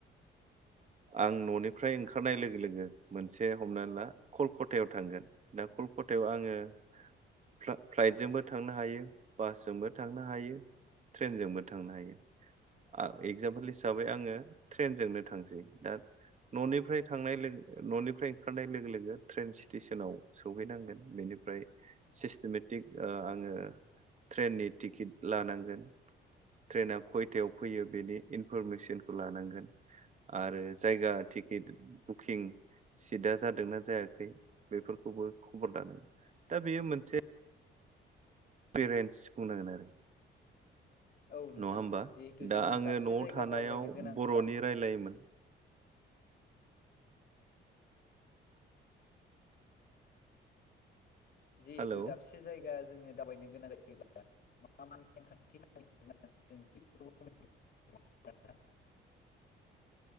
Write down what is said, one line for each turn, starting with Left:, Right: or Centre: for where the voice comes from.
Left: <inaudible>
Right: आं न'निफ्राय ओंखारनाय लोगो लोगो मोनसे हमना ला कलकातायाव थांगोन दा कलक थायाव आङो फ्ला-फ्लाइटजोंबो थांनो हायो बासजोंबो थांनो हायो ट्रेनजोंबो थांनो हायो एजामपोल हिसाबै आङो ट्रेनजोंनो थांनोसै दा न'निफ्राय थांनाय लोगो न'निफ्राय ओंखारनाय लोगो लोगो ट्रेन स्टेसनाव सौहैनांगोन बेनि निफ्राय सिस्टेमेटिक आङो ट्रेननि टिकेट लानांगोन ट्रेना खयथायाव फैयो बेनि इनफरमेसनखौ लानांगोन आरो जायगा टिकेट बुकिं सिटा जादोंना जायाखै बेफोरखौबो खबर लानो दा बेयो मोनसे पेरेन्टस बुंनांगोन आरो
Left: औ नोंथां
Right: नङा होमबा
Left: जिहेथु जोङो
Right: दा आङो
Left: दाबसे
Right: न'आव
Left: जायगा
Right: थानायाव
Left: दावबायनो गोनांब्ला
Right: बर'नि रायलायोमोन
Left: जिहेतु
Right: हेलौ
Left: दाबसे जायगा जोङो दावबायनो गोनां जायोब्ला मा मा नेमखान्थि खालाम जों बे <unintelligible>